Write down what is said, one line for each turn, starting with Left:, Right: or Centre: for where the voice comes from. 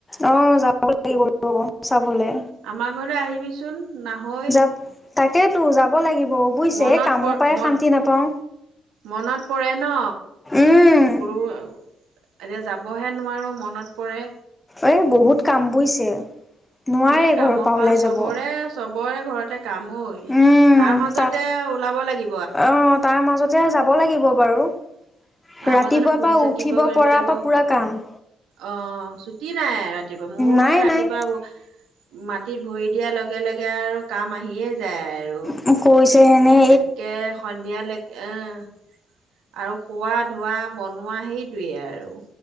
Left: অ', যাব লাগিব ৰ' ব চাবলে।
Right: আমাৰ ঘৰলে আহিবিচোন। নাহৈ
Left: যাম, তাকেতো যাব লাগিব বুজিচে
Right: মনত
Left: এই কামৰ
Right: প
Left: পৰাই
Right: মন
Left: শান্তি নাপাওঁ।
Right: মনত পৰে ন।
Left: উম
Right: <unintelligible> এতিয়া যাবহে নোৱাৰোঁ মনত পৰে।
Left: এই বহুত কাম বুজিছে,
Right: এ
Left: নোৱাৰে
Right: কামৰ
Left: ঘৰৰ পৰা ওলাই
Right: চবৰে
Left: যাব।
Right: চবৰে ঘৰতে কাম ঐ
Left: উম
Right: তাৰ মাজতে
Left: তাত
Right: ওলাব লাগি
Left: অ', তাৰ মাজতে যাব লাগিব বাৰু।
Right: তাৰ
Left: ৰাতিপুৱাৰ
Right: মাজতে ফুৰি
Left: পৰা
Right: চাকিব
Left: উঠিব
Right: কৰিব
Left: পৰাপা
Right: লাগিব
Left: পুৰা কাম।
Right: অ', ছুটি নাই ৰাতিপুৱা, মোৰো
Left: নাই
Right: সেই ৰাতিপুৱা
Left: নাই
Right: ব মাটিত ভৰি দিয়াৰ লগে-লগে আৰু কাম আহিয়ে যায় আৰু।
Left: মোক কৈছে এনে
Right: একে সন্ধিয়ালেকে আৰু খোৱা, ধোৱা, বনোৱা সেইটোৱে আৰু।